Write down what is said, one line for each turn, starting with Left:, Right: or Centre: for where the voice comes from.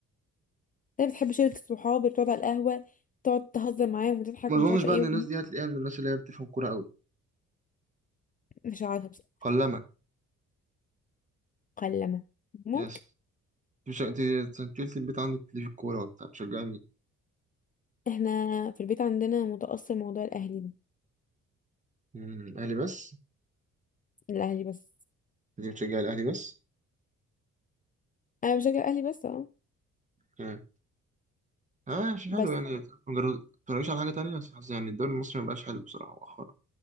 Left: هي بتحب شله الصحاب اللي بتقعد على القهوه تقعد تهزر معاهم وتضحك
Right: ما اظنش
Left: ومش عارفه
Right: بقى
Left: ايه
Right: ان الناس دي هتلاقيها من الناس اللي هي بتفهم كوره قوي
Left: مش عارفه بس
Right: قلما
Left: مكلمه ممكن
Right: يس مش انت أنت قلت البيت عندك ليه في الكوره وبتاع بتشجعي مين؟
Left: احنا في البيت عندنا متأثر موضوع الاهلي ده
Right: امم اهلي بس
Left: الاهلي بس
Right: دي بتشجعي الاهلي بس
Left: انا بشجع الاهلي بس اه
Right: امم اه ماشي حلو
Left: بس
Right: يعني ما جر- ما تتفرجيش على حاجه تانية بس حاسس يعني الدوري المصري ما بقاش حلو بصراحه